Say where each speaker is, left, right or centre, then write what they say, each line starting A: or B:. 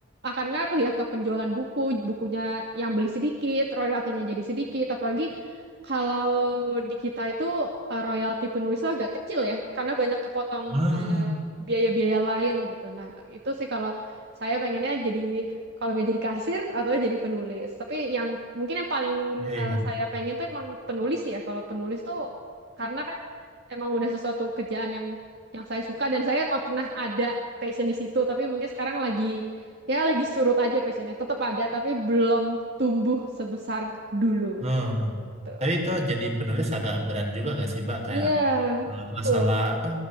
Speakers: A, on the right; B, on the right.
A: akan ngaruh ya ke penjualan buku, bukunya yang beli sedikit, royaltinya jadi sedikit. Apalagi kalau di kita itu eh, royalti penulis itu agak kecil ya, karena banyak kepotong
B: Ah,
A: eh, biaya-biaya lain gitu. Nah, itu sih kalau saya pengennya jadi kalau nggak jadi kasir atau jadi penulis. Tapi yang mungkin yang paling
B: iya
A: eh,
B: iya.
A: saya pengen tuh emang penulis ya. Kalau penulis tuh karena kan emang udah sesuatu kerjaan yang yang saya suka dan saya emang pernah ada passion di situ tapi mungkin sekarang lagi ya lagi surut aja passionnya tetap ada tapi belum tumbuh sebesar dulu
B: Hmm.
A: Tuh.
B: Tapi itu jadi penulis agak berat juga nggak sih Mbak kayak
A: iya
B: eh,
A: betul
B: masalah apa?